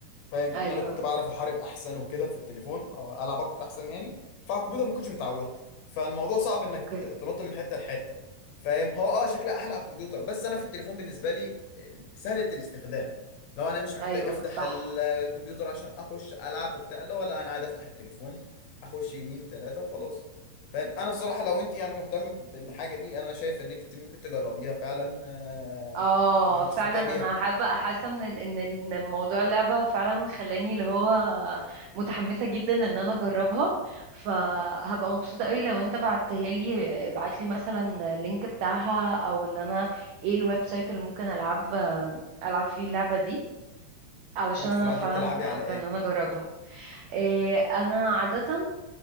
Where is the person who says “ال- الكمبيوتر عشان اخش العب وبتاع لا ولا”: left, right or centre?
Left